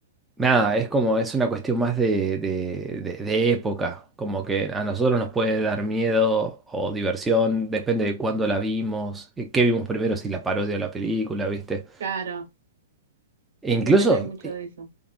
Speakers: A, in the centre; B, on the right.
A: Nada, es como, es una cuestión más de, de- de- de época, como que a nosotros nos puede dar miedo o diversión, depende de cuándo la vimos, eh, qué vimos primero, si la parodia o la película, ¿viste?
B: claro,
A: E incluso
B: depende mucho
A: eh,
B: de eso.